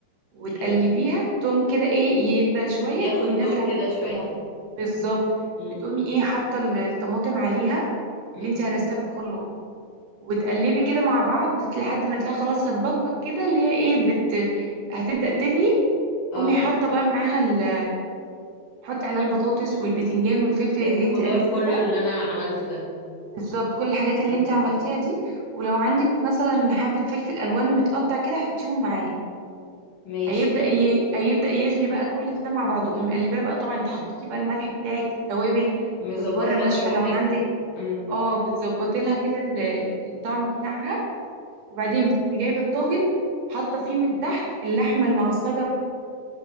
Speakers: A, on the right; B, on the left.
A: وتقلبيها
B: حلو
A: التوم كده ايه يدبل شويه
B: ياخد
A: تقومي نازله
B: لون كده
A: عليه
B: شوية
A: بالطماطم بالظبط
B: امم
A: بتقومي ايه حاطه ال- الطماطم عليها
B: امم
A: اللي انت هرستيها في الخلاط وتقلبي كده مع بعض لحد ما تلاقي خلاص هتبقبق كده اللي هي ايه بت هتبدأ تغلي
B: اه
A: قومي حاطه بقى معاها ال... حطي عليها البطاطس والبتنجان والفلفل اللي
B: الخضار
A: انت قلتيه
B: كله
A: ده
B: اللي انا عملته ده
A: بالظبط كل الحاجات اللي
B: مم.
A: انت عملتيها دي ولو عندك مثلا حبه فلفل الوان متقطع كده حطيهم معاه
B: ماشي
A: هيبدأ ي... هيبدأ يغلي بقى كل ده مع بعضه قومي مقلباه بقى طبعا انت حطيتي بقى الملح بتاعك التوابل
B: مظبطة
A: كزبره ناشفه
B: بس كل
A: لو
B: حاجة
A: عندك
B: مم.
A: اه بتظبطي لها كده ال- الطعم بتاعها وبعدين بتقومي جايبه الطاجن حاطه فيه من تحت اللحمه المعصجه